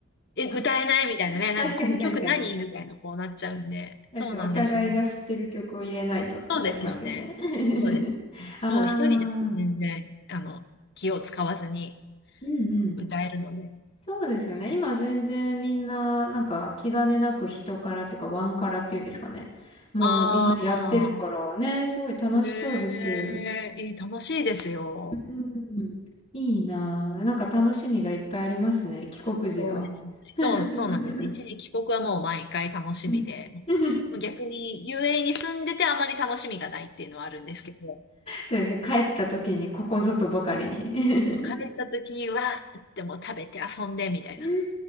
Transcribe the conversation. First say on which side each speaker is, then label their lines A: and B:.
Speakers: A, on the left; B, on the left.
A: え、
B: あ、
A: 歌えないみたいなね。
B: 確かに確かに。
A: なんで、この曲何みたいな、こうなっちゃうんで。そうなんですよ。
B: 確かにお互いが知ってる曲を入れないとってなりますよね。
A: そうですよね。
B: <laughs>
A: そうですよね。
B: ああ。
A: そう、一人で全然、あの、気を使わずに
B: うんうん。
A: 歌えるので。
B: そうですよね。
A: そう
B: 今全然みんな、なんか気兼ねなく人からっていうか、ワンからっていうんですかね。もうみんなやってるからね、
A: ああ、
B: すごい楽しそうです。
A: ねえ、いい楽しいですよ。
B: うん。いいなぁ。なんか楽しみがいっぱいありますね。帰国時の。
A: そうですね。
B: <laughs>
A: そう、そうなんです。一時帰国はもう毎回楽しみで、
B: うん。<laughs> そ
A: もう逆に遊 a に住んでてあまり楽しみがないっていうのはあるんですけど、
B: うですね。帰った時にここぞとばかりに
A: 帰った時にわーってもう食べて遊んでみたいな。
B: <laughs> うー